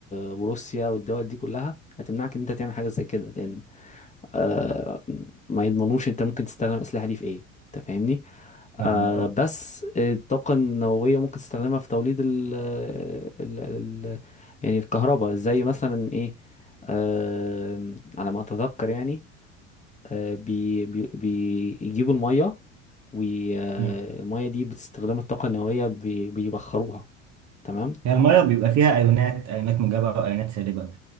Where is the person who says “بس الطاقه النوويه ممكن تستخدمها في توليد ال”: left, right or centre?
Left